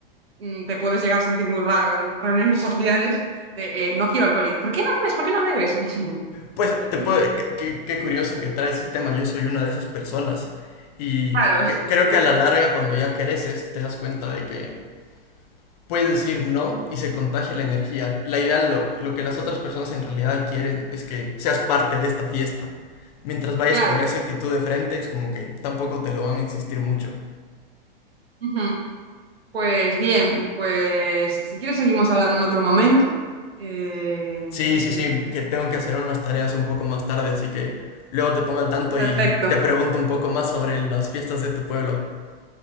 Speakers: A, on the right; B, on the left.
A: mm, te puedes llegar a sentir muy raro en reuniones <laughs> sociales de eh, no quiero alcohol. ¿Y ¿Por qué no bebes? ¿Por qué no bebes? <laughs>
B: Pues te puedo, qué, qué- qué curioso que traes ese tema. Yo soy una de esas personas. Y
A: Claro,
B: que- creo que a la larga, cuando ya creces, te das cuenta de que puedes decir no y se contagia la energía. La idea, lo, lo que las otras personas en realidad quieren es que seas parte de esta fiesta. Mientras vayas
A: claro.
B: con esa actitud de frente, es como que tampoco te lo van a insistir mucho.
A: Ujú. Pues bien, pues si quieres seguimos hablando en otro momento. Eh,
B: Sí,
A: creo
B: sí,
A: que
B: sí,
A: ya.
B: que tengo que hacer unas tareas un poco más tarde, así que luego te pongo al tanto
A: Perfecto.
B: y te pregunto un poco más sobre las fiestas de tu pueblo. <laughs>